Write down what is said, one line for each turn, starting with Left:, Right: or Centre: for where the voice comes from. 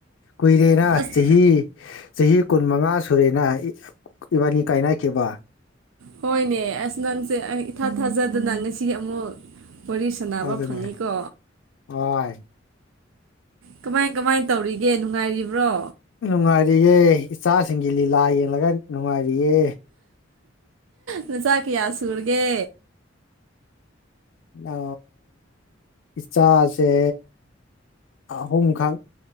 Left: ꯀꯨꯏꯔꯦꯅ
Right: ꯑꯁ
Left: ꯆꯍꯤ ꯆꯍꯤ ꯀꯨꯟꯃꯉꯥ ꯁꯨꯔꯦꯅ ꯏꯕꯥꯅꯤ ꯀꯥꯏꯅꯈꯤꯕ
Right: ꯍꯣꯏꯅꯦ ꯑꯁ ꯅꯪꯁꯦ ꯏꯊꯥ ꯊꯥꯖꯗꯅ ꯉꯁꯤ ꯑꯃꯨꯛ ꯋꯥꯔꯤ ꯁꯥꯟꯅꯕ
Left: ꯑꯗꯨꯅꯦ
Right: ꯐꯪꯉꯤꯀꯣ
Left: ꯍꯣꯏ
Right: ꯀꯃꯥꯏ ꯀꯃꯥꯏ ꯇꯧꯔꯤꯒꯦ ꯅꯨꯡꯉꯥꯏꯔꯤꯕ꯭ꯔꯣ
Left: ꯅꯨꯡꯉꯥꯏꯔꯤꯌꯦ ꯏꯆꯥꯁꯤꯡꯒꯤ ꯂꯤꯂꯥ ꯌꯦꯡꯂꯒ ꯅꯨꯡꯉꯥꯏꯔꯤꯌꯦ
Right: ꯅꯨ ꯆꯥꯛꯀꯤꯌꯥ ꯁꯨꯔꯒꯦ
Left: ꯑ ꯏꯆꯥꯁꯦ ꯑꯍꯨꯝ ꯈ